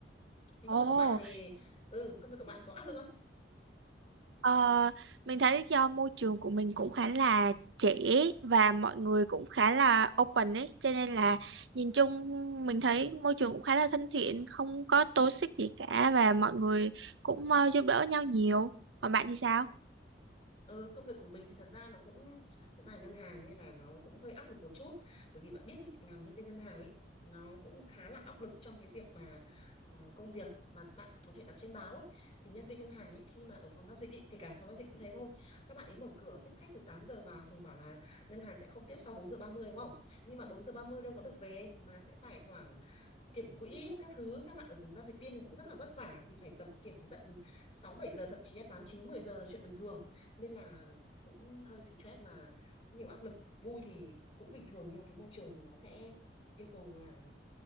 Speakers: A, on the left; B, on the right.
A: nhưng
B: Ồ,
A: công việc của bạn thì ừ công việc của bạn thì có áp lực không
B: ờ, mình thấy do môi trường của mình cũng khá là trẻ và mọi người cũng khá là open ấy, cho nên
A: ừ
B: là nhìn chung mình thấy môi trường cũng khá là thân thiện, không có toxic gì cả và mọi người cũng ờ, giúp đỡ nhau nhiều. Còn bạn thì sao?
A: Ừ, công việc của mình thì thật ra nó cũng thật ra là ngân hàng nên là nó cũng hơi áp lực một chút bởi vì bạn biết ý, làm nhân viên ngân hàng ý, nó cũng khá là áp lực trong cái việc mà ờ, công việc mà bạn có thể đọc trên báo ấy thì nhân viên ngân hàng ấy khi mà ở phòng giao dịch ý, kể cả phòng giao dịch cũng thế thôi các bạn ấy mở cửa tiếp khách từ tám giờ vào thường bảo là ngân hàng sẽ không tiếp sau 4 giờ 30 đúng không nhưng mà 4 giờ 30 đâu có được về mà sẽ phải khoảng kiểm quỹ các thứ các bạn ở giao dịch viên thì cũng rất là vất vả thì phải tập kiểm đến tận sáu bảy giờ thậm chí là 8 9 10 giờ là chuyện bình thường nên là cũng hơi stress mà cũng nhiều áp lực vui thì cũng bình thường nhưng mà cái môi trường thì nó sẽ yêu cầu là